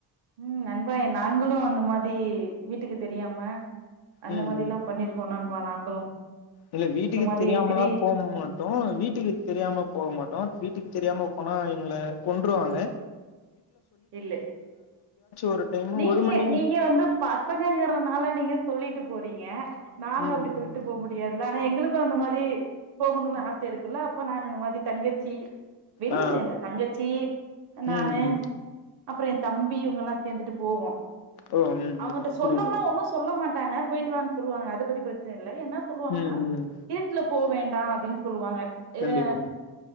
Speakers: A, on the right; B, on the left.
A: ம் நண்பா நாங்களு அந்த மாரி வீட்டுக்கு தெரியாம அந்த
B: ம்
A: மாரி
B: ம்
A: எல்லா பண்ணிருக்கோ நண்பா நாங்களு
B: இல்ல வீட்டுக்கு
A: அந்த மாதி
B: தெரியாமல்லா
A: திடீ
B: போக மாட்டோ வீட்டுக்கு தெரியாம போக மாட்டோ வீட்டுக் கு தெரியாம போனா எங்கள கொண்ருவாங்க
A: இல்ல
B: ஒரு டைமு
A: நீங்க
B: ஒரு மணி
A: நீங்க வந்து பசங்கங்கறனால நீங்க சொல்லிட்டு போறீங்க. நாங்க
B: ம்
A: அப்டி சொல்ட்டு
B: ம்
A: போக முடியாதுல? ஆனா எங்களுக்கு அந்த மாரி போகணுன்னு ஆச இருக்குல்ல அப்போ நாங்க அந்த மாரி தங்கச்சி வெளில
B: ஆ
A: இல்ல தங்கச்சி அ நானு
B: ம் ம்
A: அப்றோ என் தம்பி இவங்கல்லா சேந்துட்டு போவோ.
B: ஓ ம்
A: அவங்கட்ட
B: ம் புரியுது
A: சொன்னோம்னா ஒன்னு சொல்ல மாட் டாங்க போயிட்டு வான்னு சொல்லுவாங்க அத பத்தி பிரச்சன இல்ல என்ன சொல்லுவாங்கன்னா
B: ம், ம்.
A: இருட்ல போவேண்டா அப்டின்னு சொல்லுவாங்க. இது
B: கண்டிப்பா.